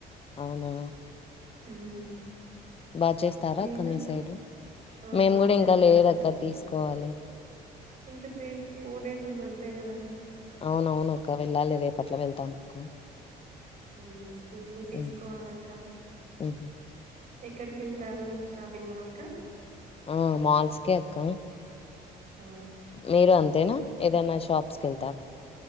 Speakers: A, on the left (about 35°); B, on the right (about 45°).
A: అవునా
B: హ్మ్
A: బా చేస్తారా
B: మీరు
A: అక్క మీ సైడ్
B: ఆ
A: మేము
B: బాగా
A: కూడా
B: చేస్తారక్క.
A: ఇంకా లేదక్కా తీసుకోవాలి
B: ఇంకా త్రీ ఫోర్ డేస్ ఉంది అంతే గదా
A: అవునవును అక్క వెళ్ళాలి రేపు పట్నం వెళ్తాం అక్క
B: హ్మ్ నేను తీసుకోవాలక్క
A: ఉమ్ ఉహు
B: ఎక్కడి కెళ్తారు షాపింగ్ మాల్ క
A: ఆ మాల్స్కే అక్క
B: ఆ
A: మీరు అంతేనా ఏదైనా షాప్స్ కి వెళ్తారా